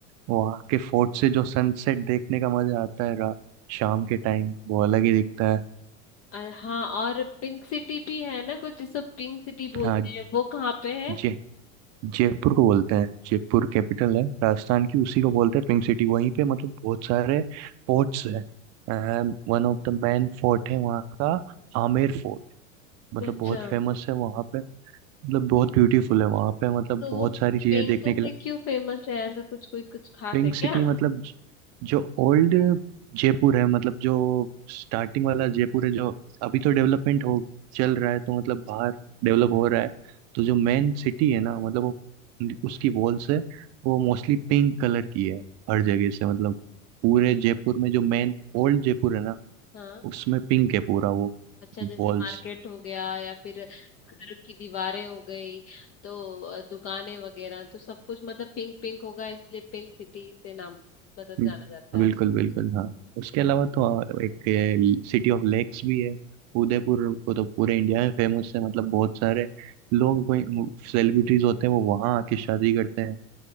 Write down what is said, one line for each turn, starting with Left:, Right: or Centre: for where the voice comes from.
Right: वहाँ के फोर्ट से जो सनसेट देखने का मजा आता है रा- शाम के टाइम वो अलग ही दिखता है
Left: और हाँ और पिंक सिटी भी है ना कुछ जिसको पिंक सिटी बोलते
Right: हाँ
Left: हैं वो कहाँ पे है
Right: जय जयपुर को बोलते हैं जयपुर कैपिटल है राजस्थान की उसी को बोलते हैं पिंक सिटी वहीं पे मतलब बहुत सारे फोर्ट्स हैं One of the main fort है वहाँ का आमेर फोर्ट मतलब
Left: अच्छा
Right: बहुत फेमस है वहाँ पे मतलब बहुत ब्यूटीफुल है वहाँ पे मतलब
Left: तो
Right: बहुत
Left: वो
Right: सारी चीजें
Left: पिंक
Right: देखने के
Left: से
Right: लिए
Left: क्यों फेमस है ऐसा कुछ कोई कुछ खास
Right: पिंक
Left: है क्या
Right: सिटी मतलब ज- जो ओल्ड जयपुर है मतलब जो स्टार्टिंग वाला जयपुर है जो अभी तो डेवलपमेंट हो चल रहा है तो मतलब बाहर डेवलप हो रहा है तो जो मेन सिटी है ना मतलब वो उसकी वॉल्स है वो मोस्टली पिंक कलर की है हर जगह से मतलब पूरे जयपुर में जो मेन ओल्ड जयपुर है ना
Left: हाँ
Right: उसमें पिंक है पूरा वो
Left: अच्छा जैसे
Right: वॉल्स
Left: मार्केट हो गया या फिर घर की दीवारें हो गई तो अ, दुकानें वगैरह तो सब कुछ मतलब पिंक पिंक होगा इसलिए पिंक सिटी से नाम मतलब
Right: हम्म,
Left: जाना जाता
Right: बिल्कुल
Left: है
Right: बिल्कुल हाँ उसके अलावा तो आ, एक सिटी ऑफ लेक्स भी है उदयपुर वो तो पूरे इंडिया में फेमस है मतलब बहुत सारे लोग कोई सेलिब्रिटीज होते हैं वो वहाँ आके शादी करते हैं